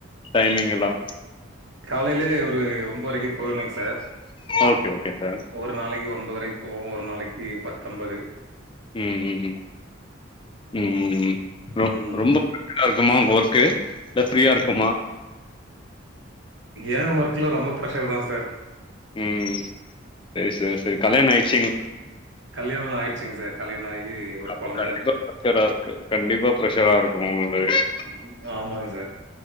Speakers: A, on the left (about 25°); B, on the right (about 65°).
A: டைமிங்க் எல்லா
B: காலையிலே ஒரு ஒம்போரைக்கு போயிருனுங் சார்
A: ஓகே ஓகே சார்
B: ஒரு ஒரு நாளைக்கு ஒன்பரைக்கு போவோ ஒரு நாளைக்கு பத்து அம்பது
A: ம் ம் ம் ம் ம் ம் ரொம்
B: ம்,
A: ரொம்போ <unintelligible> இருக்குமா உங்க ஒர்க்கு இல்ல ஃப்ரீயா இருக்குமா
B: ஏன் ஒர்க் லா ரொம்ப ப்ரெஷர் தா சார்
A: ம் சேரி சேரி சேரி கல்யாணம் ஆயிடுச்சுங்
B: கல்யாணம்லா ஆயிச்சுங்க சார் கல்யாணம் ஆகி ஒரு
A: அப்ப
B: கொழந்த.
A: கண்டிப்பா ப்ரஷரா இருக்கு கண்டிப்பா ப்ரெஷரா இருக்கு உங்களுக்கு
B: ம். ஆமாங்க சார்